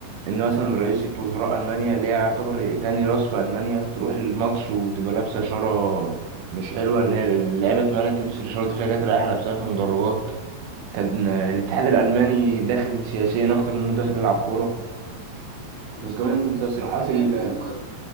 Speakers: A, on the right; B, on the right.
A: ان مثلا رئيسة وزراء المانيا اللي هي يعتبر تاني راس في المانيا تروح الماتش وتبقى لابسه شاره مش حلوه ان هي اللعيبه مانع تلبس الشاره دي فهي كانت رايحه لابسها في المدرجات كان الاتحاد الالماني داخل سياسيا اكتر منه داخل يلعب كوره
B: بالظبط
A: وكمان تصريحات
B: انت شايف
A: ال-
B: ان هم